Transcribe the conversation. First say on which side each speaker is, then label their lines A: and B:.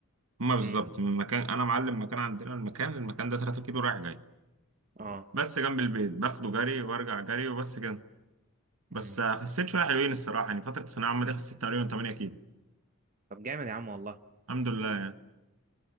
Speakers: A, on the right (about 70°); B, on the right (about 35°).
A: هما بالظبط
B: امم
A: من مكان انا معلم مكان عندنا المكان المكان ده 3 كيلو رايح جاي
B: اه
A: بس جنب البيت باخده جري وارجع جري وبس كده بس
B: امم
A: آه، خسيت شويه حلوين الصراحه يعني فتره الثانويه العامه دي خسيت تقريبا 8 كيلو
B: طب جامد يا عم والله
A: الحمد لله يعني.